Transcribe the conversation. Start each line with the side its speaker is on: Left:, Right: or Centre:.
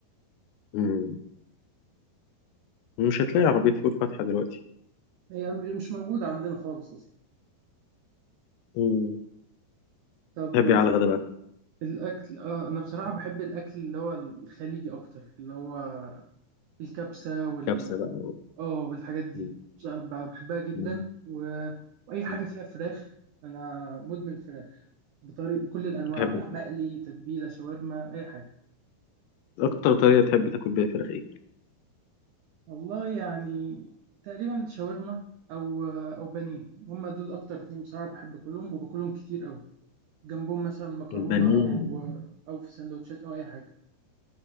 Left: مم. مش هتلاقي عربية فول فاتحة دلوقتي
Right: هي مش موجودة عندنا خالص أصلا
Left: مم.
Right: طب
Left: تحب ايه على الغدا بقى
Right: والأكل آه أنا بصراحة بحب الأكل اللي هو الخليجي أكتر اللي هو الكبسة وال
Left: كبسة بقى
Right: آه والحاجات دي
Left: مم.
Right: بصراحة ب- بحبها جدا
Left: مم.
Right: و... وأي حاجة
Left: مم.
Right: فيها فراخ أنا مدمن فراخ بطريق بكل الأنواع
Left: تحب
Right: بقى مقلي تتبيلة شاورما أي حاجة
Left: اكتر طريقة تحب تاكل بيها فراخ ايه
Right: والله يعني تقريبا شاورما أو أو بانيه هما دول أكتر اتنين بصراحة بحب أكلهم وباكلهم كتير أوي جنبهم مثلا مكرونة
Left: البانيه
Right: أو أو في سندوتشات أو أي حاجة